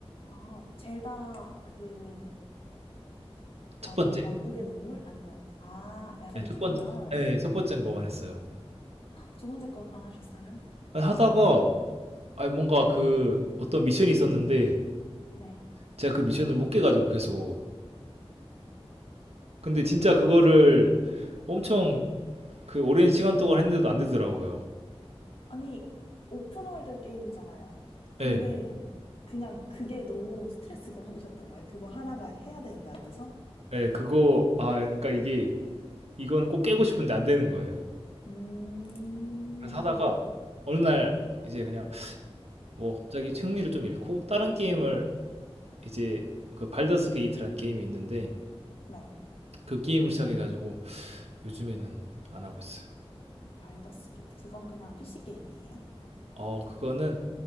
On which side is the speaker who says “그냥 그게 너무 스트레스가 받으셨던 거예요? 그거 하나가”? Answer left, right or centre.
Left